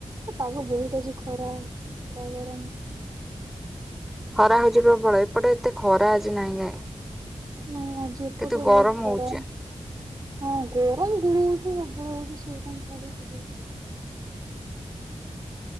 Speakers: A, on the right; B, in the centre.
A: ପାଗ ବହୁତ ଅଛି ଖରା ପୂରା ଗରମ।
B: ଖରା ହଉଚି ପ୍ରବଳ ଏପଟେ ଏତେ ଖରା ଆଜି ନାଇଁ କାଇଁ।
A: ନାଇଁ ଆଜି ଏପଟରେ
B: କିନ୍ତୁ ଗରମ
A: ବହୁତ ଖରାପ
B: ହଉଛି।
A: ହଁ ଗରମ ଗୁଳୁ ଗୁଳି ତ ସବ୍ ବୁ ବେଳେ ହଉଚି ସେ କଣ ଛାଡୁଛି କି?